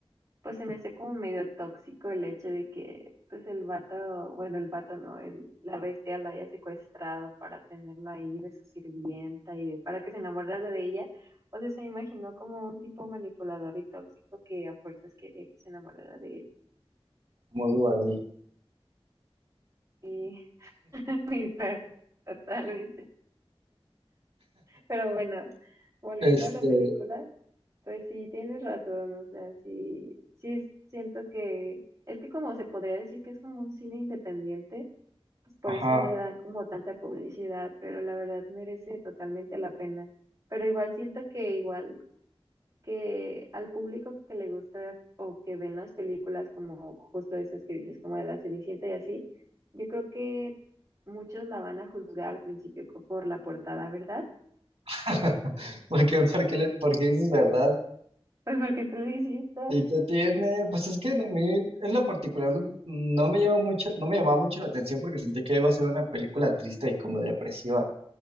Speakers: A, on the right; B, on the right.
A: pues se me hace como medio tóxico el hecho de que pues el vato, bueno, el vato no, el- la bestia la haya secuestrado para tenerla ahí de su sirvienta y de- para que se enamorara de ella. O sea, se me imaginó como un tipo manipulador y tóxico que a fuerzas quería que se enamorara de él.
B: como Duardi
A: Y, <laughs> y fue totalmente. Pero bueno. volviendo
B: Este,
A: a la película, pues sí tienes razón, o sea, sí, sí es- siento que es que como se podría decir que es como un cine independiente, pues por
B: ajá.
A: eso no le dan como tanta publicidad, pero la verdad merece totalmente la pena. Pero igual siento que igual que al público que le gusta o que ven las películas como justo esas que dices, como de la Cenicienta y así, yo creo que muchos la van a juzgar al principio co- por la portada, ¿verdad? <laughs>
B: <laughs> Porque, porque, porque dices verdad.
A: Pues porque tú lo hiciste.
B: ¿Y qué tiene? Pues es que a mí, en lo particular, no no me llama mucho, no me llamaba mucho la atención porque sentí que iba a ser una película triste y como depresiva.